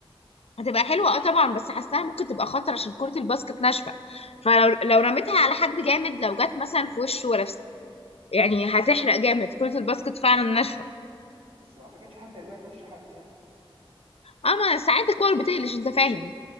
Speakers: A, on the left; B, on the right.
A: هتبقى حلوة اه طبعا بس حاساها ممكن تبقى خطر عشان كرة الباسكت ناشفة فلو لو رميتها على حد جامد لو جت مثلا في وشه ولا في يعني هتحرق جامد كرة الباسكت فعلا ناشفة
B: بس ما اعتقدش حد يرميها في وش حد يعني
A: اما ساعات الكور بتقلش انت فاهم